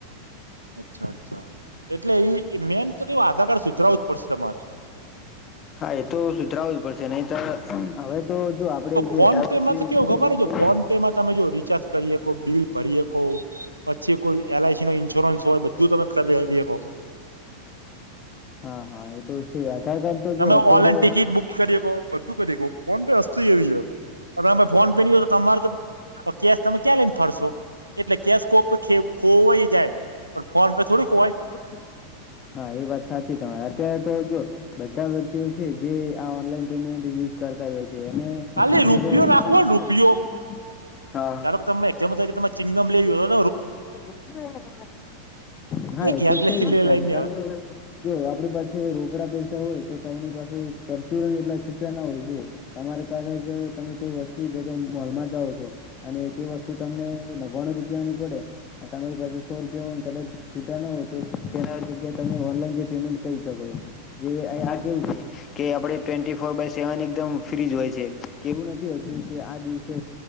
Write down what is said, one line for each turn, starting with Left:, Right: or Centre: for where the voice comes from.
Right: અચ્છા અચ્છા. એટલે એ મેન તો કેવું આધાર કાર્ડ સુધરાવું જ પડશે તમારે.
Left: હા, એ તો સુધરાવું જ પડશે નહી તો હવે તો જો આપડે જે
Right: ફોન
Left: અઢાર
Right: પે
Left: વર્ષની
Right: માં તો
Left: ઉ
Right: કેવું ખબર
Left: ઉમર
Right: હે,
Left: થઈ
Right: જો ફોન પે માં તમે જો રિચાર્જ કરી શકો બિલ ભરી હકો પછી કોઈ એલ આઈસી નો ઇન્સ્યોરન્સ હોય બધું તમે કરીહકો
Left: હા હા એ તો છે આધાર કાર્ડ તો
Right: તમે
Left: જો અત્યારે
Right: ઓનલાઈન ટિકિટ બુક કરી હકો બધું કરી હકો ફોન પે વસ્તુ એવી છે ફોન પે ની હોય તમારે કેશ તમે ક્યાં લઈ ને ફરશો એટલે કેશ કોક ખોવાય જાય પણ ફોન પે થોડી ખોવાય
Left: હા એ વાત સાચી તમારે અત્યારે તો જો બધા વ્યક્તિઓ છે જે આ ઓનલાઈન પેમેન્ટ યુઝ કરતા જ હોય છે અને
Right: ખાલી રૂપિયો
Left: <unintelligible>
Right: નાખવો ને રૂપિયો
Left: હા
Right: ધારો કે તમે એક્ઝામ ત કે તમે ચિંગમ લઈ હ
Left: <unintelligible> હા એ
Right: ઘેરલેસથી
Left: તો છે જ અત્યારે
Right: લે લઈને આવતી
Left: જો આપણી પાસે રોકડા પૈસા હોય તો તમારી પાસે પરચુરણ એટલા છૂટા ના હોય જો તમારે કલે જ તમે કોઈ વસ્તુ જગ્યા મોલમાં જાઓ છો અને તે વસ્તુ તમને નવ્વાણું રૂપિયાની પડે આ તમારી પાસે સો રૂપિયા હોય ને કદાચ છૂટા ન હોય તો તેના જગ્યાએ તમે ઓનલાઈન જે પેમેન્ટ કરી શકો છો જે અહી આ કેવું છે કે આપડે ટ્વેન્ટી ફોર બાય સેવન એકદમ ફ્રીજ હોય છે કેવું નથી હોતું કે આ દિવસે